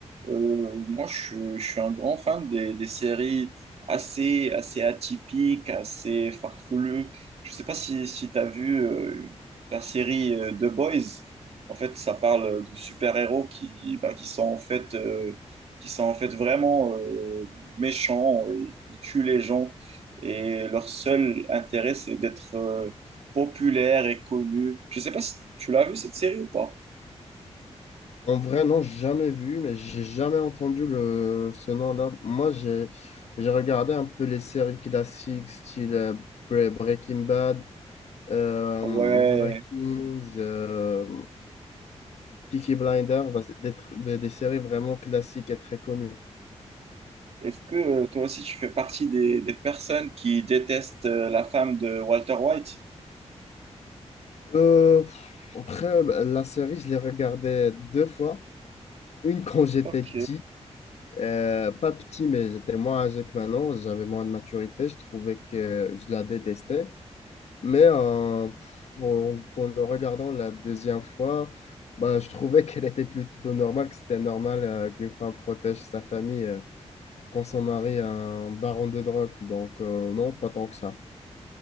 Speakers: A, on the right (about 60°); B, on the left (about 65°).
A: Euh, moi, je, suis je suis un grand fan des, des séries assez, assez atypiques, assez farfelues. Je sais pas si, si tu as vu euh, la série euh, The Boys. En fait, ça parle de super-héros qui, bah, qui sont en fait, euh, qui sont en fait vraiment euh, méchants et ils tuent les gens. Et leur seul intérêt, c'est d'être euh, populaire et connu. Je sais pas si tu l'as vu cette série ou pas.
B: En vrai, non, jamais vu, mais j'ai jamais entendu le, ce nom-là. Moi, j'ai j'ai regardé un peu les séries classiques, style euh, Bre- Breaking Bad, euh,
A: Ouais,
B: Vikings, euh, Peaky Blinders, bah, c'est des, tr- des, des séries vraiment classiques et très connues.
A: Est-ce que euh, toi aussi tu fais partie des, des personnes qui détestent euh, la femme de Walter White?
B: Euh, pff, après, bah, la série, je l'ai regardée deux fois. Une quand j'étais
A: Ok,
B: petit, euh, pas petit, mais j'étais moins âgé que maintenant, j'avais moins de maturité, je trouvais que je la détestais. Mais euh, pff, en, en le regardant la deuxième fois, bah, je trouvais <laughs> qu'elle était plutôt normale, que c'était normal euh, qu'une femme protège sa famille euh, quand son mari est un baron de drogue. Donc, euh, non, pas tant que ça.